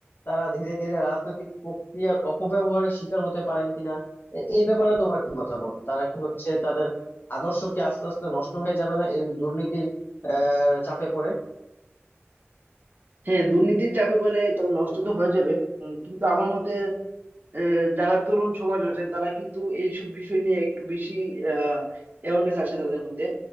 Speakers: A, on the left; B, on the right.
A: তারা ধীরে ধীরে রাজনৈতিক প্রক্রিয়ার অপব্যবহারের শিকার হতে পারেন কিনা এ- এই ব্যাপারে তোমার কি মতামত তারা কি হচ্ছে তাদের আদর্শ কি আস্তে আস্তে নষ্ট হয়ে যাবে না এই দুর্নীতির আহ চাপে পড়ে
B: হ্যাঁ দুর্নীতির চাপে বলে তো নষ্ট তো হয়ে যাবে উম, কিন্তু আমার মতে আহ, যারা তরুণ সমাজ আছে তারা কিন্তু এইসব বিষয় নিয়ে একটু বেশি অ্যাওয়ারনেস আছে তাদের মধ্যে